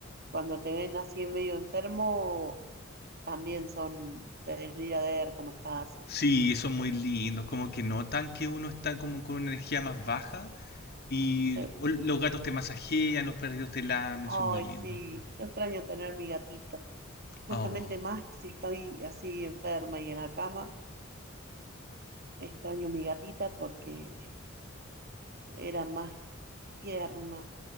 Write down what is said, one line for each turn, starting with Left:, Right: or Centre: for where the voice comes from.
Right: cuando te ven así medio enfermo, también son de venir a ver cómo estás
Left: <laughs>
Right: y
Left: sí,
Right: cosas.
Left: son muy lindos. Como que notan que uno está como con una energía más baja y
Right: Sí.
Left: o- los gatos te masajean, los perritos te lamen,
Right: Ay,
Left: son muy lindos.
Right: sí, yo extraño tener mi gatito. Justamente
Left: Oh.
Right: más que si estoy así enferma y en la cama, extraño mi gatita porque era más tierna,